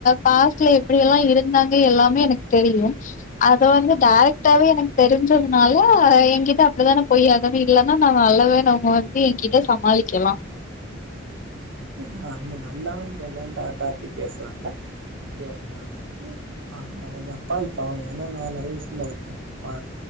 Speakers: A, on the left; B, on the right.
A: பாஸ்ட்ல எப்படி எல்லா இருந்தாங்க எல்லாமே எனக்கு தெரியு அத வந்து டேரக்டாவே எனக்கு தெரிஞ்சதுனால என்கிட்ட அப்டித்தான போய்யாகனு இல்லன்னா நா நல்லவனு அவுங்க வந்து என்கிட்ட சமாளிக்கிலா
B: நா அந்த நல்லவனு சொல்ல டா டாப்பிக் பேச வரல அவங்க அவங்க அவங்க கொஞ்சோ அப்பாவி பாவோ ஏன்னா நா நறைய விஷயம் பாத்துருக்கே பா